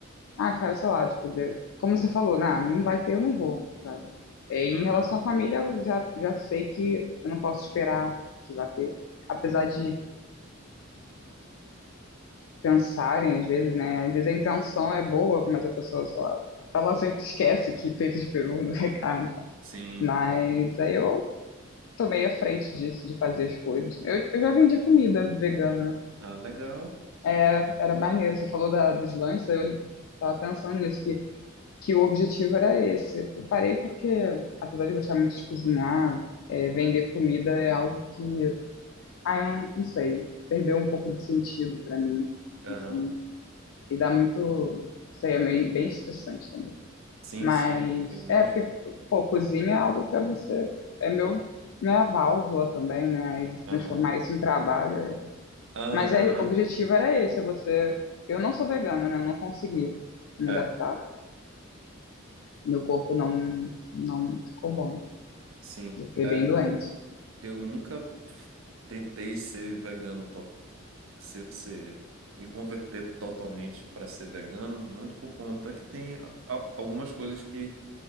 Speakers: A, on the left; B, on the right.
A: ah, cara, sei lá, tipo, de- como você falou, nah, não vai ter, eu não vou, sabe? em
B: aham.
A: relação à família, eu já, já sei que eu não posso esperar que vá ter. Apesar de pensarem, às vezes, né? Às vezes a intenção é boa, mas a pessoa, sei lá, ela sempre esquece que peito de peru não é carne. tá?
B: Sim.
A: Mas aí eu tomei a frente disso, de fazer as coisas. Eu, eu já vendi comida vegana.
B: Ah, legal.
A: É, era maneiro. Você falou da, dos lanches, aí eu tava pensando nisso, que, que o objetivo era esse. Eu parei porque, apesar de gostar muito de cozinhar, é, vender comida é algo que, ah, eu não, não sei, perdeu um pouco do sentido para mim.
B: Aham.
A: assim. e dá muito, sei, é meio, bem estressante também.
B: Sim,
A: Mas
B: sim, eu imagino.
A: é porque, pô, cozinha é algo pra você. É meu, minha válvula também, né? Aí você transformar
B: Aham.
A: isso em trabalho. é.
B: Aham.
A: Mas aí, o objetivo era esse, é você. Eu não sou vegana, né? Eu não consegui me
B: É,
A: adaptar. Meu corpo não, não ficou bom.
B: sim.
A: Eu fiquei
B: É,
A: bem doente.
B: eu nunca tentei ser vegano, to- ser, ser- me converter totalmente para ser vegano, muito por conta que tem a- a- algumas coisas que